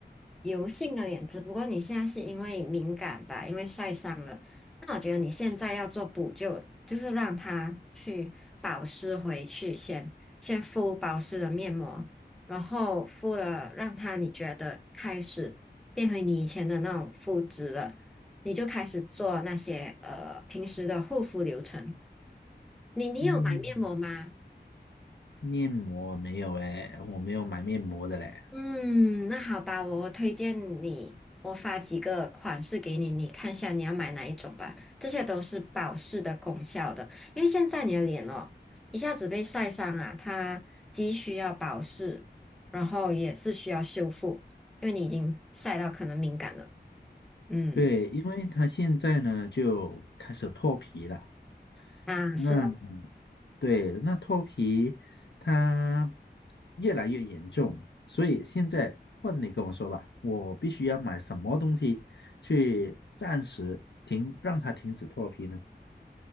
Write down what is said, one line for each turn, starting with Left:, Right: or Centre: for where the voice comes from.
Centre: 油性的脸，只不过你现在是因为敏感吧，因为晒伤了，那我觉得你现在要做补救，就是让它去保湿回去先，先敷保湿的面膜，然后敷了让它你觉得开始变回你以前的那种肤质了，你就开始做那些呃平时的护肤流程。你你有买面膜吗？
Left: 嗯，面膜没有诶，我没有买面膜的嘞。
Centre: 嗯，那好吧，我我推荐你，我发几个款式给你，你看一下你要买哪一种吧。这些都是保湿的功效的，因为现在你的脸哦，一下子被晒伤啊，它既需要保湿，然后也是需要修复，因为你已经晒到可能敏感了。嗯，
Left: 对，因为它现在呢就开始脱皮了，
Centre: 啊，
Left: 那
Centre: 是咯，
Left: 对，那脱皮它越来越严重，所以现在或者你跟我说吧，我必须要买什么东西去暂时停，让它停止脱皮呢？